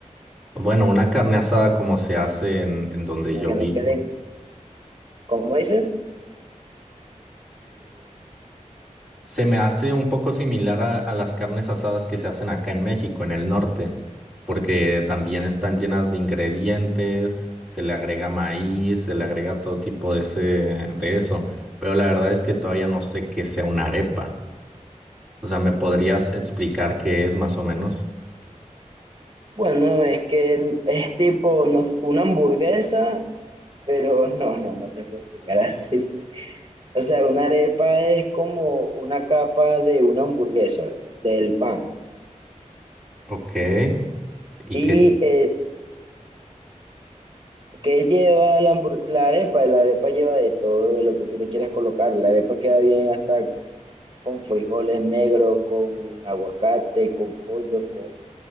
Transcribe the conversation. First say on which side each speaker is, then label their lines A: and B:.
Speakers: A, in the centre; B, on the right (about 40°).
A: bueno, una carne asada como se hace en, en donde yo
B: que
A: vivo.
B: no queden ¿Cómo dices?
A: Se me hace un poco similar a, a las carnes asadas que se hacen acá en México, en el norte, porque también están llenas de ingredientes, se le agrega maíz, se le agrega todo tipo de ese, de eso, pero la verdad es que todavía no sé qué sea una arepa. O sea, ¿me podrías explicar qué es más o menos?
B: Bueno, es que es tipo nos- una hamburguesa, pero no, no, no te puedo explicar así. O sea, una arepa es como una capa de una hamburguesa, del pan.
A: Ok. ¿Y
B: ¿Y
A: qué
B: eh, qué lleva la, hambur- la arepa? La arepa lleva de todo, de lo que tú le quieras colocar. La arepa queda bien hasta con frijoles negros, con aguacate, con pollo, con